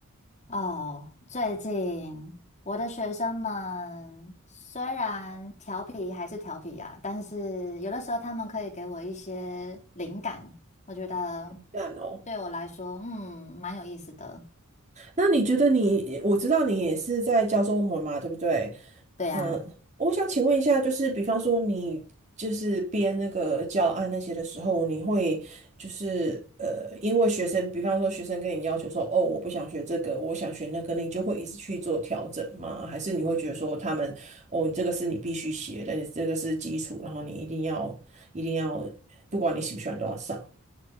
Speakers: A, on the left (about 35°); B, on the right (about 35°).
A: 哦，最近我的学生们虽然调皮还是调皮啊，但是有的时候他们可以给我一些灵感，我觉得
B: 淡哦。
A: 对我来说，嗯，蛮有意思的。
B: 那你觉得你，我知道你也是在教中文嘛，对不对？
A: 对呀，
B: 嗯，我想请问一下，就是比方说你就是编那个教案那些的时候，你会就是呃，因为学生，比方说学生跟你要求说，哦，我不想学这个，我想学那个，你就会一直去做调整吗？还是你会觉得说他们，哦，你这个是你必须学的，你这个是基础，然后你一定要一定要，不管你喜不喜欢都要上。